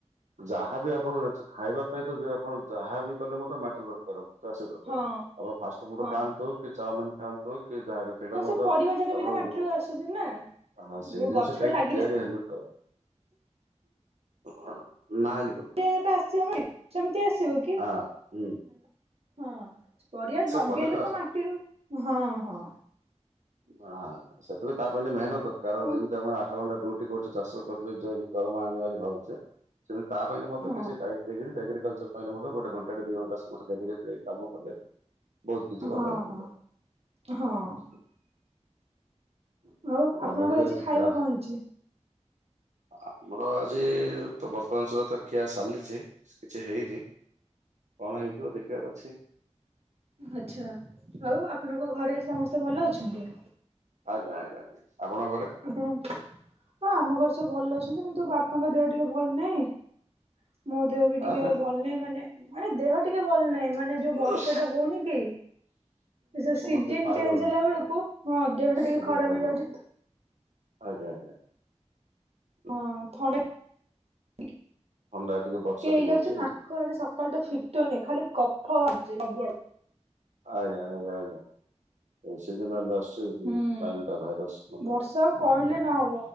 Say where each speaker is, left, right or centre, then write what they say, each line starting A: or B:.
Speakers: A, on the right; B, on the right.
A: ଯାହାବି ଆପଣ ଜିନିଷ ଖାଇବା ପାଇଁ ତ ଯିଏ ଆପଣ ଯାହାବି କହିଲେ ମତେ ମାଟର ଦରକାର ଚାଷ ଦରକାର।
B: ହଁ।
A: <inaudible> ଆପଣ ଫାଷ୍ଟ ଫୁଡ
B: ହଁ
A: ଖାଆନ୍ତୁ କି ଚାଓମିନ୍ ଖାଆନ୍ତୁ କି ଯାହା ଯେ ସେଇଟା
B: ହଁ
A: ମତ
B: ସେ ପରିବା
A: <inaudible>
B: ଯାକ
A: ଆପଣଙ୍କ
B: ବି ତ ମାଟିରୁ
A: ଯୋଉ
B: ଆସୁଛି
A: <inaudible>
B: ନା।
A: ହଁ ସେଇ
B: ଗୋଟେ
A: ଜିନିଷ
B: ଗଛଟା
A: କାହିଁକି
B: ଲାଗିଲେ
A: ତିଆରି ହେଲା ହଁ। <inaudible> ହଁ। ନାଲିକୁ
B: ସେ ଏ କା ଆସିବ ମାଇ ସେମିତି ଆସିବୁ।
A: ହଁ। ଉଁ।
B: ହଁ। <inaudible> ପରିବା ଲଗେଇଲେ
A: କଲେ
B: ତ ମାଟିରୁ <inaudible> ହଁ। ହଁ।
A: ହାଁ ସେତକ ତାପାଇଁ ତ ମେନ ଦରକାର
B: ହଁ
A: ଯେଉଁ କାମ ଆଉ ଆଠ ଘଣ୍ଟା ଡିୟୁଟି କରୁଛେ। ଚାଷ କରିଲେ ଯେଇ ଦରମା ଆଣିବ ବୋଲି ଭାବୁଛେ। <inaudible> ସେ ତା ପାଇଁ ମତେ
B: ହଁ
A: କିଛି ଟାଇମ୍ ଏଗ୍ରି ଏଗ୍ରିକଲଚର ପାଇଁର ଗୋଟେ ଘଣ୍ଟା ଦି ଘଣ୍ଟା ସମସ୍ତେ ଡେଫିନେଟ୍ଲି କାମ କଲେ ବହୁତ କିଛି ଭଲ
B: ହଁ
A: ହେଇଥାନ୍ତା।
B: ହଁ। ହଁ ଆଉ
A: ଆ
B: ଆପଣଙ୍କର
A: ନମିଳିବା
B: ଆଜି
A: ଚେହେରା
B: ଖାଇବା
A: ଅଛି।
B: କଣ ହେଇଛି?
A: ଆମର ଆଜି ତ ବର୍ତ୍ତମାନ ସୁଦ୍ଧା ତ ଖିଆ ସାଲିଛି କିଛି ହେଇନି। କଣ ହେଇଥିବ ଦେଖିବାର ଅଛି?
B: ଆଛା! ଆଉ ଆପଣଙ୍କ ଘରେ ସମସ୍ତେ ଭଲ ଅଛନ୍ତି?
A: ଆଜ୍ଞା! ଆଜ୍ଞା! <inaudible> ଆପଣଙ୍କ ଘରେ?
B: ଆପଣ ହଁ ଆମ ଘରେ ସବୁ ଭଲ ଅଛନ୍ତି। କିନ୍ତୁ ବାପାଙ୍କ ଦେହ ଟିକେ ଭଲ ନାହିଁ। ମୋ ଦେହ ବି ଟିକେ
A: ଆଁ
B: ଭଲ ନାହିଁ ମାନେ ମାନେ ଦେହ ଟିକେ ଭଲ ନାହିଁ ମାନେ ଯୋଉ ବର୍ଷା
A: ହୁଁ
B: ଟା ହଉନି କି? ସେ
A: ସମସ୍ତେ
B: ସିଜିନ
A: ଫାଇବର
B: ଚେଞ୍ଜ ହେଲା ବେଳକୁ ହଁ ଦେହ ଟା
A: ସିଜିନ
B: ଟିକେ ଖରାପ
A: ଫାଇବର
B: ହେଇଯାଉଛି ତ
A: ଆଜ୍ଞା! ଆଜ୍ଞା!। ହୁଁ,
B: ହଁ ଥଣ୍ଡା <inaudible> ଟି <inaudible>
A: ଥଣ୍ଡା ଟିକେ ବର୍ଷା
B: କେ ହେଇଯାଉଛି
A: ଟିକେ ହଉଛି
B: ନାକ ଆଜି ସକାଳଠୁ ଫି ଫିଟୁନି ଖାଲି କଫ ବାହାରୁଚି ସବୁଆଡୁ।
A: ଆଜ୍ଞା! ଆଜ୍ଞା! ଆଜ୍ଞା! <inaudible> ସେଦିନ ଲସ୍
B: ହୁଁ
A: ଟାଇମଟା ଭାଇରସ ମାନେ
B: ବର୍ଷା ଆଉ କହିଲେ ନହବ